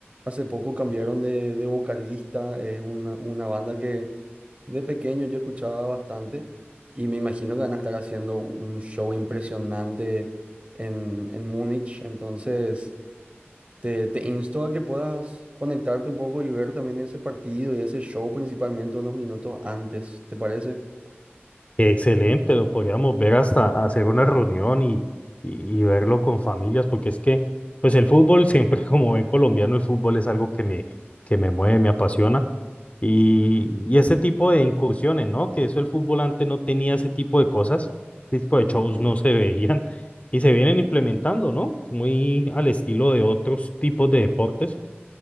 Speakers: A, on the right (about 30°); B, on the left (about 30°).
A: Hace poco cambiaron de, de vocalista, es una, una banda que de pequeño yo escuchaba bastante y me imagino que van a estar haciendo un show impresionante en, en Múnich, entonces te, te insto a que puedas conectarte un poco y ver también ese partido y ese show principalmente unos minutos antes, ¿te parece?
B: Excelente, lo podríamos ver hasta hacer una reunión y, y, y verlo con familias, porque es que, pues el fútbol siempre, <laughs> como buen colombiano, el fútbol es algo que me, que me mueve, me apasiona. Y, y ese tipo de incursiones, ¿no? Que eso el fútbol antes no tenía ese tipo de cosas, ese tipo de shows
A: Ujú,
B: no se veían y se vienen implementando, ¿no? Muy al estilo de otros tipos de deportes.